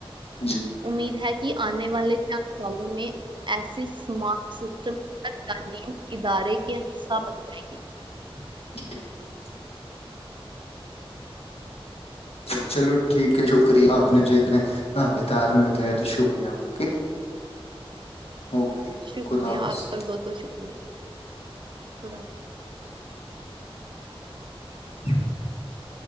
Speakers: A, on the left; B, on the right.
A: جی جی
B: امید ہے کہ <inaudible> الوں میں ایسیمارٹ س <inaudible> <unintelligible> <unintelligible>
A: <inaudible> جی چلو ٹھیک ہے شکریہ آپ نے جتنے ہ بتار میں اتیا تو شکریہ اوکے اوکے
B: شکریہ
A: خدا حافظ
B: آپ کا بھی بہت بہت شکریہ خدا
A: <inaudible>